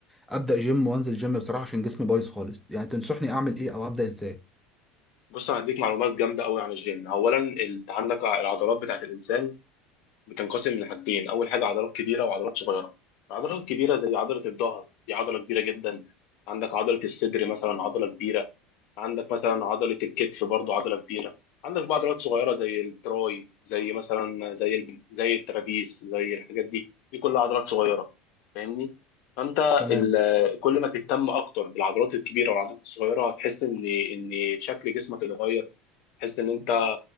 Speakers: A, in the centre; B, on the left (about 60°).
A: ابدا جيم وانزل جيم بصراحه عشان جسمي بايظ خالص يعني تنصحني اعمل ايه او ابدا ازاي
B: بص انا هديك معلومات جامده قوي عن الجيم اولا انت عندك العضلات بتاعت الانسان بتنقسم لحاجتين اول حاجه عضلات كبيره وعضلات صغيره العضلات الكبيره زي عضله الظهر دي عضله كبيره جدا عندك عضله الصدر مثلا عضله كبيره عندك مثلا عضله الكتف برضو عضله كبيره عندك بقى عضلات صغيره زي التراي زي مثلا زي الب... زي الترابيس زي الحاجات دي دي كلها عضلات صغيره فاهمني فانت
A: تمام
B: ال... كل ما تهتم اكتر بالعضلات الكبيره والعضلات الصغيره هتحس ان ان شكل جسمك اتغير تحس ان انت